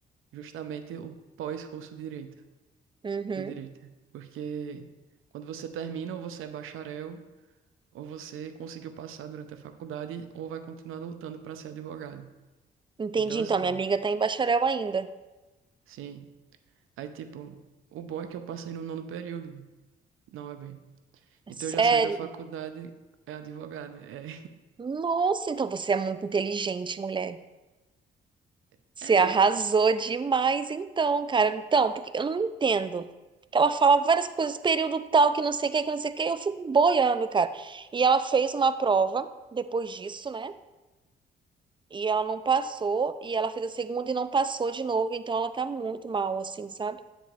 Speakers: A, on the right; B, on the right.
A: justamente o pós-curso de direito.
B: Uhum.
A: de direita. Porque quando você termina, ou você é bacharel, ou você conseguiu passar durante a faculdade, ou vai continuar lutando para ser advogado.
B: Entendi,
A: Então,
B: então,
A: assim,
B: minha amiga tá em bacharel ainda.
A: sim. Aí, tipo, o bom é que eu passei no nono período, não é bem.
B: É
A: Então,
B: Sério?
A: eu já saí da faculdade, é advogado. né? É,
B: Nossa, então você é muito inteligente, mulher.
A: <laughs>
B: Você
A: é
B: arrasou demais, então, cara. Então, porque eu não entendo. Ela fala várias coisas, período tal, que não sei o que, que não sei o que, eu fico boiando, cara. E ela fez uma prova depois disso, né? E ela não passou, e ela fez a segunda e não passou de novo, então ela tá muito mal, assim, sabe?